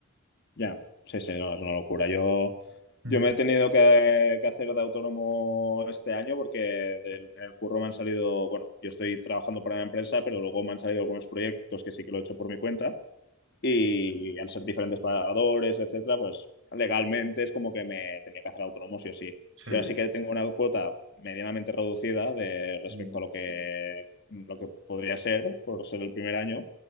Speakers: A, on the left; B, on the right.
A: Ya, sí, sí, no, es una locura. Yo,
B: <laughs>
A: yo me he tenido que, que hacer de autónomo este año porque del, en el curro me han salido, bueno, yo estoy trabajando para una empresa, pero luego me han salido algunos proyectos que sí que lo he hecho por mi cuenta y al ser diferentes pagadores, etcétera, pues legalmente es como que me tenía que hacer autónomo sí o sí.
B: Sí.
A: Y ahora sí que tengo una cuota medianamente reducida de respecto
B: mm,
A: a lo que, lo que podría ser por ser el primer año,